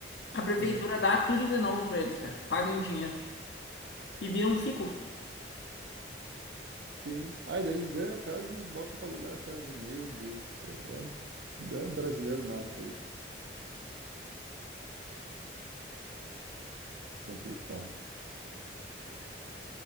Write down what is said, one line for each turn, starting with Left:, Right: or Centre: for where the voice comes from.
Left: a prefeitura
Right: É,
Left: dá tudo de novo pra eles, cara. Pagam em dinheiro e vira um ciclo.
Right: Sim. Aí daí eles ganham a casa e botam para alugar a casa. Meu Deus do céu. É, é um brasileiro nato, é complicado.